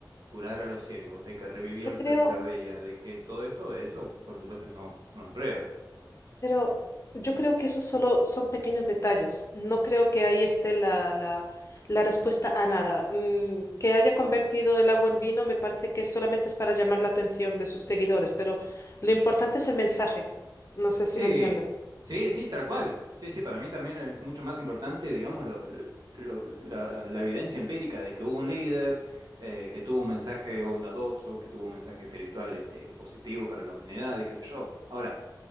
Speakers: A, on the right; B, on the left.
A: curar a los ciegos, de que revivió
B: Yo
A: el
B: creo,
A: tercer día, de que todo esto, de eso, por supuesto, no, no hay pruebas.
B: Pero yo creo que eso solo son pequeños detalles. No creo que ahí esté la, la- la respuesta a nada. Mm, que haya convertido el agua en vino me parece que solamente es para llamar la atención de sus seguidores, pero lo importante es el mensaje. No sé
A: Sí,
B: si me entiende.
A: sí, sí, tal cual. Sí, sí, para mí también es mucho más importante, digamos, lo- lo- lo- la, la evidencia empírica de que hubo un líder, eh, que tuvo un mensaje bondadoso, que tuvo un mensaje espiritual, este, positivo para la humanidad y qué sé yo. Ahora,